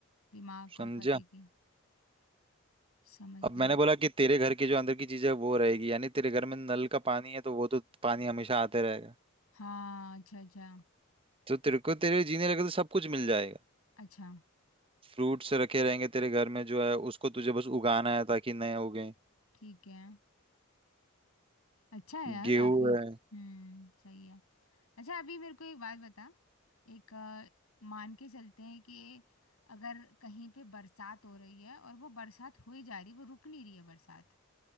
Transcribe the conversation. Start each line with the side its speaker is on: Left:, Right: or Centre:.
Left: दिमाग और
Right: समझा
Left: पते की समझ
Right: अब
Left: गई
Right: मैंने बोला कि तेरे घर के जो अंदर की चीजें हैं, वो रहेगी यानी तेरे घर में नल का पानी है तो वो तो पानी हमेशा आते रहेगा
Left: हाँ अच्छा अच्छा
Right: तो तेरे को तेरे जीने लगे तो सब कुछ मिल जाएगा
Left: अच्छा
Right: फ्रूट्स रखे रहेंगे तेरे घर में जो है उसको तुझे बस उगाना है ताकि नए उगे
Left: ठीक है अच्छा है यार
Right: गेहूं
Left: काफी हम्म
Right: है
Left: सही है अच्छा अभी मेरे को एक बात बता एक अ, मान के चलते हैं कि अगर कहीं पे बरसात हो रही है और वो बरसात हो ही जा रही है वो रुक नहीं रही है बरसात